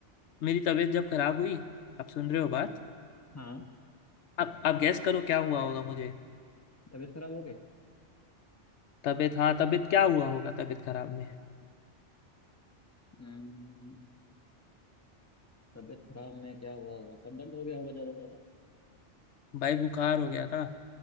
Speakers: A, on the left; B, on the left.
A: मेरी तबीयत जब खराब हुई आप सुन रहे हो बात
B: हाँ
A: अब अब गैस करो क्या हुआ होगा मुझे
B: तबीयत खराब हो गई
A: तबीयत हाँ तबीयत क्या हुआ होगा तबीयत खराब में
B: हम्म तबीयत खराब में क्या हुआ होगा सर दर्द हो गया होगा ज्यादा से ज्यादा
A: भाई बुखार हो गया था